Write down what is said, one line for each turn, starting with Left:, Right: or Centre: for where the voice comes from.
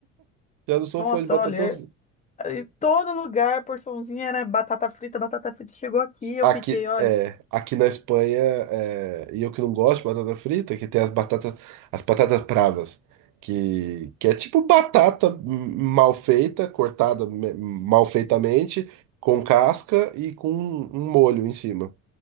Right: já não sou
Left: Nossa,
Right: fã de batata
Left: olha,
Right: frita.
Left: em todo lugar, porçãozinha era batata frita, batata frita chegou aqui, eu
Right: Aqui,
Left: fiquei, olha,
Right: é, aqui na Espanha, é, e eu que não gosto de batata frita, que tem as batatas, as batatas bravas, que, que é tipo batata hum, mal feita, cortada me- mal feitamente, com casca e com um molho em cima.